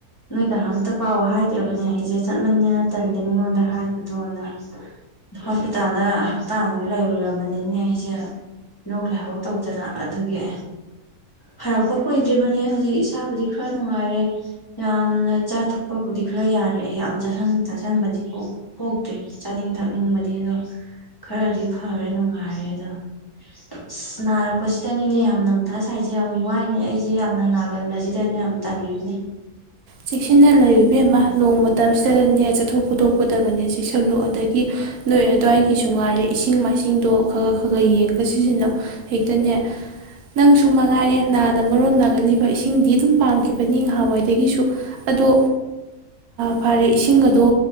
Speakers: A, on the left; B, on the right.
A: ꯅꯣꯏ ꯀꯅꯥꯝꯇ ꯄꯥꯎ ꯍꯥꯏꯗ꯭ꯔꯕꯅꯦ ꯑꯩꯁꯦ ꯆꯠꯃꯟꯗꯅ ꯇꯜꯂꯦ ꯃꯤꯉꯣꯟꯗ ꯍꯥꯏꯕꯗꯣꯅ ꯍꯣꯁꯄꯤꯇꯥꯜꯗ ꯍꯞꯇꯥꯃꯨꯛ ꯂꯩꯔꯨꯔꯕꯅꯤꯅꯦ ꯑꯩꯁꯦ ꯂꯣꯛ ꯂꯥꯏꯍꯧ ꯇꯧ ꯗꯅ ꯑꯗꯨꯒꯤ ꯐꯔꯛꯄ ꯀꯨꯏꯗ꯭ꯔꯤꯕꯅꯦ ꯍꯧꯖꯤꯛ ꯏꯁꯥꯕꯨꯗꯤ ꯈꯔ ꯅꯨꯡꯉꯥꯏꯔꯦ ꯌꯥꯝꯅ ꯆꯥ ꯊꯛꯄꯕꯨꯗꯤ ꯈꯔ ꯌꯥꯔꯛꯑꯦ ꯌꯥꯝ ꯆꯥꯁꯤꯟ ꯆꯥꯥꯁꯟꯕꯗꯤ ꯄꯣꯛꯇꯦ ꯆꯥꯅꯤꯡ ꯊꯛꯅꯤꯡꯕꯗꯤ ꯑꯗꯣ ꯈꯔꯗꯤ ꯐꯔꯦ ꯅꯨꯡꯉꯥꯏꯔꯦ ꯑꯗꯣ ꯑ ꯅꯥꯔꯛꯄ ꯄ ꯁꯤꯗꯅꯤꯅꯦ ꯌꯥꯝꯅ ꯃꯊꯥ ꯁꯥꯏꯁꯦ ꯌꯥꯝ ꯋꯥꯏꯅꯦ ꯑꯩꯁꯦ ꯌꯥꯝꯅ ꯅꯥꯒꯟꯕꯁꯤꯗꯅꯤꯅꯦ ꯌꯥꯝ ꯇꯜꯂꯤꯁꯦ
B: ꯆꯦꯛꯁꯤꯟꯅ ꯂꯩꯔꯨ ꯏꯕꯦꯝꯃ ꯅꯣꯡ ꯃꯇꯝꯁꯤꯗꯒꯅꯦ ꯆꯠꯊꯣꯛ ꯈꯣꯇꯣꯛꯄꯗꯒꯅꯦ ꯆꯦꯛꯁꯤꯜꯂꯨ ꯑꯗꯒꯤ ꯅꯣꯏ ꯑꯗꯨꯋꯥꯏꯒꯤꯁꯨ ꯉꯥꯏꯔꯦ ꯏꯁꯤꯡ ꯃꯥꯏꯁꯤꯡꯗꯣ ꯈ ꯈ ꯈ ꯈ ꯌꯦꯡꯒ ꯁꯤꯖꯤꯟꯅꯧ ꯍꯦꯛꯇꯅꯦ ꯅꯪꯁꯨ ꯃꯉꯥꯏꯔꯦ ꯅꯥꯅ ꯃꯔꯣꯝ ꯅꯥꯒꯜꯂꯤꯕ ꯏꯁꯤꯡꯗꯤ ꯑꯗꯨꯝ ꯄꯥꯝꯈꯤꯕꯅꯤ ꯅꯍꯥꯟꯋꯥꯏꯗꯒꯤꯁꯨ <inaudible> ꯑꯗꯣ ꯐꯔꯦ ꯏꯁꯤꯡꯒꯗꯣ